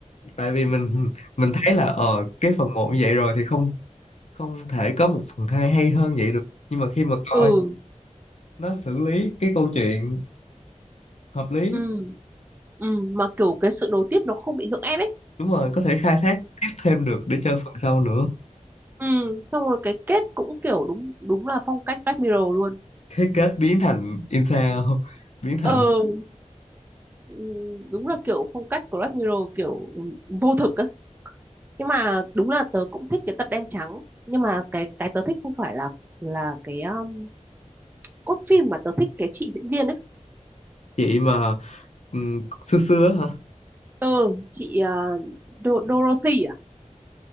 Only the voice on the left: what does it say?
tại vì mình mình thấy là ờ cái phần một như vậy rồi thì không không thể có một phần 2 hay hơn vậy được nhưng mà khi mà coi
nó xử lý cái câu chuyện hợp lý
đúng rồi có thể khai thác tiếp thêm được để chơi phần sau nữa
thế kết biến thành Insa biến
thành
chị mà ừm, xưa xưa á hả